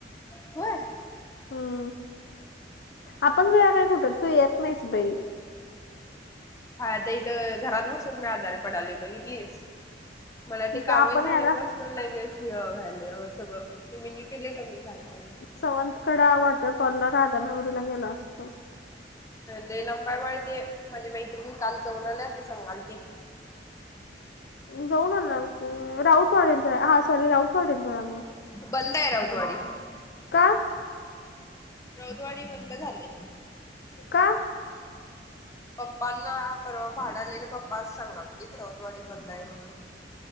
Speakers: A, on the left (about 20°); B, on the left (about 60°).
A: होय
B: हम्म आपण ज काय कुठं तू येत नाहीस बाई
A: हाता इथं घरात बसून मी आजारी पडाली बघितलीस मला ते
B: जा
A: कावीळ
B: आपण
A: झाले
B: याला
A: बस लगेच वले सगळं इम्युनिटी कमी झालं म्हणजे
B: सवंतकडा वॉटरफॉलला राधानगरीला गेला असतो
A: ले लंबाई बाळ ते माझे मैत्रिणी काल जाऊन आल्या ते सांगालती
B: जाऊन आला राऊत वाडी ला हा सॉरी राऊत वाडी ला तय मग
A: बंदय राऊत वाडी
B: का
A: रौदवाडी बंद झाले
B: का
A: पप्पांना परवा भाड आलेले पप्पाच सांगाल की राऊत वाडी बंद आहे म्हणून